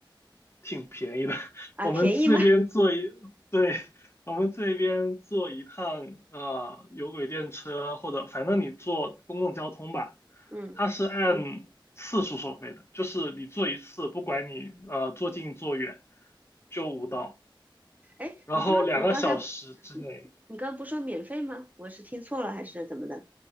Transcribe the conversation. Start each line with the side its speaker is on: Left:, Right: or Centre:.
Left: 挺便宜的。<laughs>
Right: 啊，
Left: 我们这边坐一，
Right: 便宜吗？
Left: 对，我们这边坐一趟呃有轨电车或者反正你坐公共交通吧，
Right: 嗯，
Left: 它是嗯按次数收费的，就是你坐一次，不管你呃坐近坐远，就五刀，
Right: 哎，
Left: 然后两个小时之内，
Right: 你不说你刚才，你你刚刚不说免费吗？我是听错了还是怎么的？